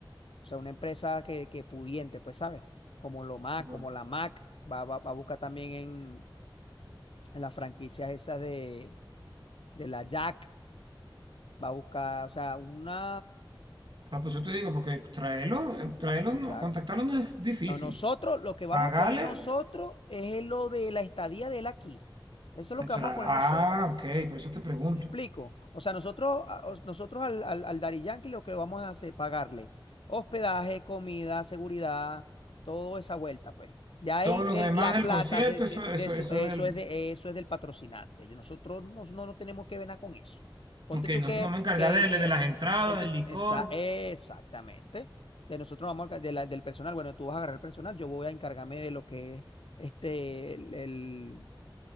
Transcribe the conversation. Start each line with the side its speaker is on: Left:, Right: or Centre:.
Left: o sea, una empresa que, que pudiente, pues, ¿sabes? Como lo Mac,
Right: Tipo,
Left: como la Mac, va, va, va a buscar también en las franquicias esas de, de la Jack, va a buscar, o sea, una,
Right: ah, pues yo te digo, porque traerlo, eh, traerlo,
Left: no,
Right: no,
Left: claro.
Right: contactarlo no es difícil.
Left: No, nosotros, lo que vamos
Right: Pagarle,
Left: a poner nosotros es lo de la estadía de él aquí. Eso es lo
Right: o
Left: que
Right: sea,
Left: vamos a poner nosotros.
Right: ah, ok, por eso te pregunto.
Left: ¿Me explico? O sea, nosotros, a- os- nosotros al, al, al Daddy Yankee lo que lo vamos a hacer es pagarle hospedaje, comida, seguridad, toda esa vuelta, pues. Ya
Right: Todo
Left: él,
Right: lo
Left: él-
Right: demás
Left: la
Right: del
Left: plata
Right: concierto,
Left: de, de-
Right: eso, eso,
Left: de su,
Right: eso
Left: eso
Right: es del,
Left: es de, eso es del patrocinante. Yo- nosotros no, no, no tenemos que ver nada con eso. Ponte
Right: Ok,
Left: tú
Right: nosotros
Left: que,
Right: nos vamos a encargar
Left: que, que,
Right: de, de las entradas,
Left: ponte,
Right: del licor.
Left: esa, exactamente. De nosotros vamos a, de la- del personal. Bueno, tú vas a agarrar el personal, yo voy a encargarme de lo que es este, el,